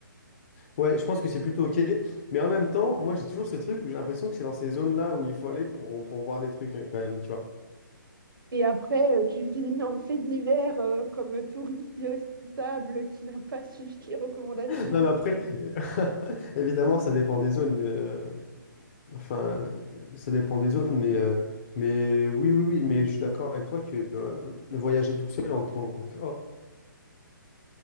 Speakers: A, on the left; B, on the right.
A: Ouais, je pense que c'est plutôt OK. Mais en même temps, moi, j'ai toujours ce truc où j'ai l'impression que c'est dans ces zones-là où il faut aller pour, pour voir des trucs, hein, quand même, tu vois.
B: Et après, euh, tu finis en fait divers euh, comme touriste irresponsable qui n'a pas <laughs> suivi les recommandations.
A: <laughs> Non, mais après, <laughs> évidemment, ça dépend des zones. euh, enfin, euh, ça dépend des zones, mais, euh, mais oui, oui, oui. Mais je suis d'accord avec toi que euh, voyager tout seul en tant qu'homme